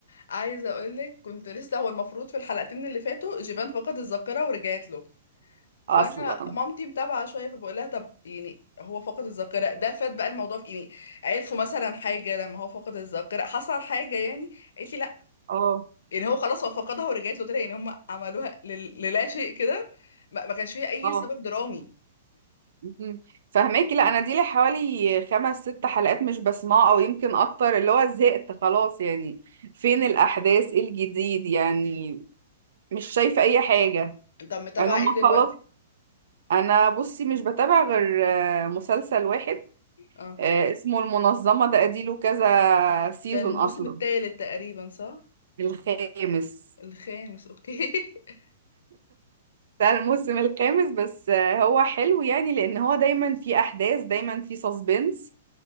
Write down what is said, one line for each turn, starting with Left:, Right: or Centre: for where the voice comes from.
Left: عايزة أقولك كنت لسه هو المفروض في الحلقتين اللي فاتوا جيبان فقد الذاكرة ورجعت له فأنا
Right: أصلا
Left: مامتي متابعة شوية فبقول لها طب يعني هو فقد الذاكرة ده فات بقى الموضوع في إيه؟ يعني عرفوا مثلا حاجة لما هو فقد الذاكرة حصل حاجة يعني قالت لي لا
Right: اه
Left: يعني هو خلاص هو فقدها ورجعت له تاني يعني هم عملوها لل- للا شيء كده ما ما كانش فيها اي
Right: اه
Left: سبب درامي
Right: مهم. فهماكي لا انا دي لي حوالي خمس ست حلقات مش بسمعه او يمكن اكتر اللي هو زهقت خلاص يعني فين الاحداث ايه الجديد يعني مش شايفه اي حاجه
Left: انت متابعه
Right: يعني هم
Left: ايه دلوقتي
Right: خلاص انا بصي مش بتابع غير آه، مسلسل واحد
Left: اه
Right: آه، اسمه المنظمه ده اديله كذا سيزون
Left: ده الموسم
Right: اصلا
Left: الثالث تقريبا صح
Right: الخامس
Left: الخامس اوكي <laughs>
Right: ده الموسم الخامس بس آه، هو حلو يعني لان هو دايما في احداث دايما في سسبنس